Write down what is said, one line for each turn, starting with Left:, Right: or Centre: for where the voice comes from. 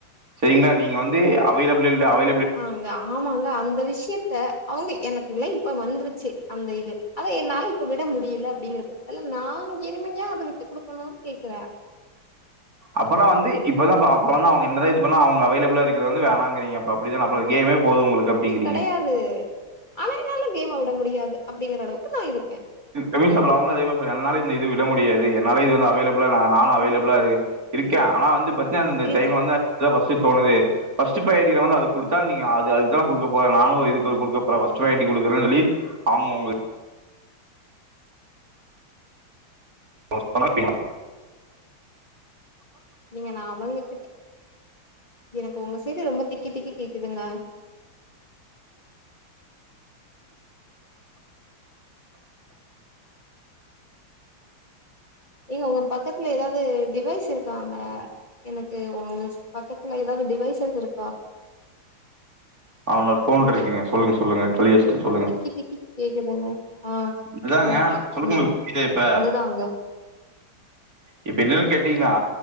Right: செரிங்களா நீங்க வந்து அவைலபல் இல்ல அவை
Left: ஆங்க ஆமாங்க அந்த விஷ்யத் த அவூங்க எனக்கு லைன் இப்ப வந்துருச்சு அந்த இது அத என்னால இப்ப விட முடில அப்டிங்குற பட்சத் துல நான் இனிமே ஏன் அத விட்டு குடுக்கணும்னு கேக்கற
Right: அப்பெல்லாம் வந்து இப்பதான் ப்ப அப்பல்லாம் அவுங்க என்னதான் இது பண்ண அவங்க அவைலபிளா இருக்கிறது வந்து வேணாங்கிறீங்க அப்டித்தான் அப்ப கேமே போது உங்களுக்கு அப்படிங்
Left: கெடயாது ஆனா என்னால கேம்ம விட முடியாது அப்டிங்கிற அளவுக்கு நான் இருக்கேன்
Right: எப்டி சொல்றாங்களோ அதே மாதிரி சொல் என்னால இந்த இது விட முடியாது என்னால இது வந்து அவைலபிளா நா நான் அவைலபிளா இரு இருக்கே ஆனா வந்து பத்தீன அந்த
Left: இருக்கோ
Right: டைம்ல வந்து அதுதா ஃபஸ்ட் தோணுதே பஸ்ட் பிரியாரிட்டி ரவுண்டுல அத குடுத்தா நீங்க அது அதுக்கு குடுக்க போற நானும் ஒரு இது க்கு குடுக்க போறே ஃபஸ்ட் பிரியாரிட்டி குடுக்கறேன்னு சொல்லி அவூங்க உங்க போவான் இவன்
Left: நீங்க நா அவைலபிளிட்டி எனக்கு உங்க சைட் ரொம்ப திக்கி திக்கி கேக்குதுங்க ஏங்க உங்க பக்கத்துல ஏதாவது டிவைஸ் இருக்காங்க எனக்கு உங்க பக்கத்துல ஏதாவது டிவைசஸ் எது இருக்கா
Right: அவங்க போன் இருக்குங்க சொல்லுங்க சொல்லுங்க தெளிவச்சிட்டு
Left: என்ன
Right: சொல்லுங்க
Left: திக்கி திக்கி கேக்குதுங்க ஆ
Right: இதுதாங்க
Left: ஓகே
Right: சொல்லுங்க
Left: ம்
Right: உங்களுக்கு புரியுதா இப்ப
Left: அதுதாங்க
Right: இப்ப என்னன்னு கேட்டீங்களா